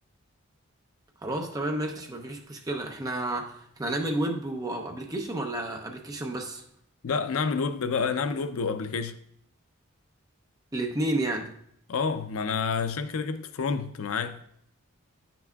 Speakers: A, on the right; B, on the left.
A: خلاص تمام ماشي مفيش مشكلة احنا احنا هنعمل ويب وابليكيشن ولا ابليكيشن بس
B: لا نعمل ويب بقى نعمل ويب وابليكيشن
A: الاتنين يعني
B: اه ما انا عشان كده جبت فرونت معايا